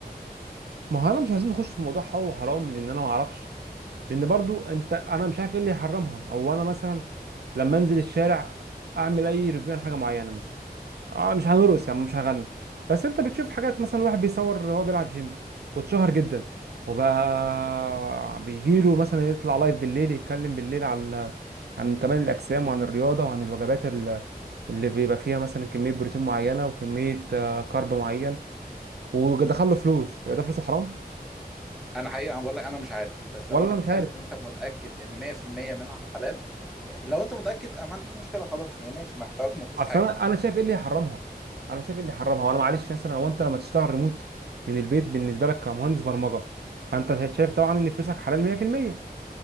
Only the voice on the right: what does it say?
ما هو انا مش عايزين نخش في موضوع حلال وحرام لان انا ما اعرفش لان برضو انت انا مش عارف ايه اللي يحرمها او انا مثلا لما انزل الشارع اعمل اي ريفيو عن حاجه معينه مثلا اه مش هنرقص يعني مش هغني بس انت بتشوف حاجات مثلا واحد بيصور وهو بيلعب جيم واتشهر جدا وبقى بيجيله مثلا يطلع لايف بالليل يتكلم بالليل عن عن كمال الاجسام وعن الرياضه وعن الوجبات ال- اللي بيبقى فيها مثلا كميه بروتين معينه وكميه آه، كارب معين ودخل له فلوس يبقى ده فلوسه حرام
ولا
انا
مش
عارف
اصل
انا انا شايف ايه اللي يحرمها انا شايف ايه اللي يحرمها وانا معلش مثلا هو انت لما تشتغل ريموت من البيت بالنسبه لك كمهندس برمجه فانت شايف طبعا ان فلوسك حلال 100%